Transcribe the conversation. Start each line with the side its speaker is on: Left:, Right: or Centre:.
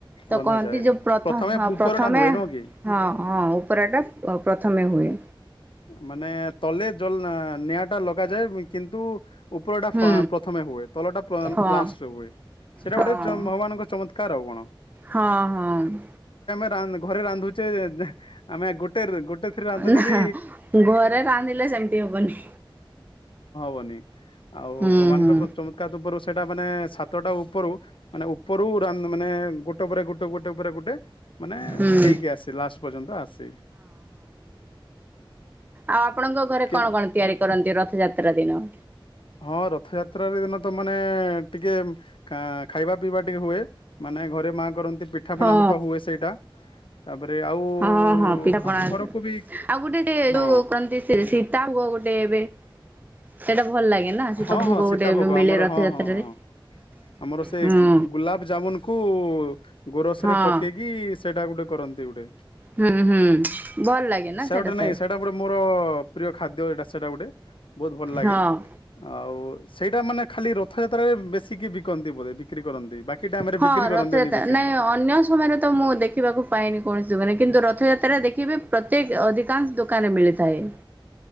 Right: ତ
Left: ରନ୍ଧାଯାଏ।
Right: କଣତି ଯୋଉ ପ୍ରଥ
Left: ପ୍ରଥମେ
Right: ହଁ
Left: ଉପରଟା
Right: ପ୍ରଥମେ
Left: ହୁଏ ନୁହଁ କି?
Right: ହଁ। ହଁ ଉପରଟା ପ-ପ୍ରଥମେ ହୁଏ।
Left: ମାନେ ତଲେ ଜଲନା ନିଆଁ ଟା ଲଗାଯାଏ କିନ୍ତୁ ଉପରଟା
Right: ହୁଁ
Left: ଫ ପ୍ରଥମେ ହୁଏ ତଲଟା ପା
Right: ହଁ
Left: ଲାଷ୍ଟରେ ହୁଏ ସେଟା
Right: ହଁ
Left: ଗୋଟେ ଯ ଭଗବାନଙ୍କ ଚମ କାରବଣ
Right: ହଁ ହଁମ।
Left: ଟା ଆମେ ଘରେ ରାନ୍ଧୁଚେ ଦଁ ଆମେ ଗୋଟେ ରେ ଗୋ ଗୋଟେ ଥିରେ ରାନ୍ଧିଲେ
Right: ନା
Left: ବି
Right: ଘରେ ରାନ୍ଧିଲେ ସେମିତି ହବନି।
Left: ବନି ଆଉ
Right: ହୁଁ
Left: ଭଗବାନଙ୍କର
Right: ହୁଁ
Left: ପ୍ର ଚମତ୍କାର ଉପରୁ ସେଟା ମାନେ ସାତଟା ଉପରୁ ମାନେ ଉପରୁ ରାନ୍ଧ ମାନେ ଗୋଟେ ପରେ ଗୋଟେ ଗୋଟେ ଉପରେ ଗୋଟେ ମାନେ
Right: ହୁଁ
Left: ହେଇକି ଆସେ ଲାଷ୍ଟ ପର୍ଯ୍ୟନ୍ତ ଆସେ
Right: ଆପ ଆପଣଙ୍କ ଘରେ
Left: କେ
Right: କଣ କଣ ତିଆରି କରନ୍ତି ରଥଯାତ ତ୍ରା ଦିନ
Left: ହଁ ରଥଯାତ୍ରାର ଦିନ ତ ମାନେ ଟିକେ ଖା ଖାଇବା ପିଇବା ଟିକେ ହୁଏ ମାନେ ଘରେ ମା କରନ୍ତ ପିଠାପଣା
Right: ହଁ
Left: ବି ତ ହୁଏ ସେଇଟା ତାପରେ ଆଉ
Right: ହଁ ହଁ ପିଠାପଣା
Left: ଆମ
Right: ଆସ
Left: ଘରକୁ ବି
Right: ଆଉ ଗୋଟେ ସେ
Left: ହଁ
Right: ଯୋଉ କରନ୍ତି ସେ ସୀତା ହଅ ଗୋଟେ ଏବେ ସେଇଟା ଭଲ ଲାଗେ ନା ସୀତା
Left: ହଁ
Right: ଭୋଗ
Left: ହଁ ସୀତା
Right: ଗୋଟେ ଏବେ
Left: ଭୋଗ
Right: ମିଳେ
Left: ଆମର
Right: ରଥଯାତ୍ରାରେ
Left: ହଁ ହଁ ହଁ ହଁ ଆମର ସେ
Right: ହୁଁ
Left: ଗୁଲାପଜାମୁନକୁ ଗୋରସ
Right: ହଁ
Left: ରେ ପକେଇକି ସେଇଟା ଗୋଟେ କରନ୍ତି ଗୋଟେ
Right: ହୁଁ ହୁଁ ଭଲ ଲାଗେ ନା
Left: ସେଟ ଗୋଟେ
Right: ସାର୍
Left: ନାଇଁ ସେଇଟା ଗୋଟେ ମୋର ପ୍ରିୟ ଖାଦ୍ୟଟା ସେଟା ଗୋଟେ ବହୁତ ଭଲ ଲାଗେ
Right: ହଁ
Left: ଆଉ ସେଇଟା ମାନେ ଖାଲି ରଥଯାତ୍ରାରେ ବେଶିକି ବିକନ୍ତି ବୋଧେ ବିକ୍ରି କରନ୍ତି ବାକି ଟାଇମ ରେ
Right: ହଁ
Left: ବିକ୍ରି କରନ୍ତିନି
Right: ରଥଯାତ୍ରା
Left: ବେଶିକି।
Right: ନାଇଁ ଅନ୍ୟ ସମୟରେ ତ ମୁଁ ଦେଖିବାକୁ ପାଏନି କୌଣସି ଯୁଗ ନାଁ କିନ୍ତୁ ରଥଯାତ୍ରା ଯାତ୍ରାରେ ଦେଖିବେ ପ୍ରତ୍ୟେକ ଅଧିକାଂଶ ଦୋକାନରେ ମିଳିଥାଏ।